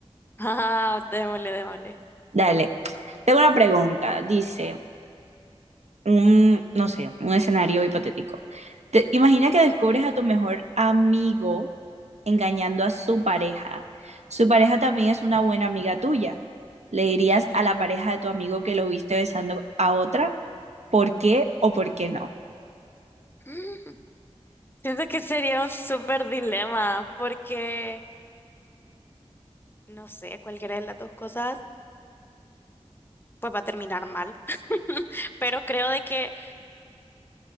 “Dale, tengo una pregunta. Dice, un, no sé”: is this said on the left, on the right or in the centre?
Right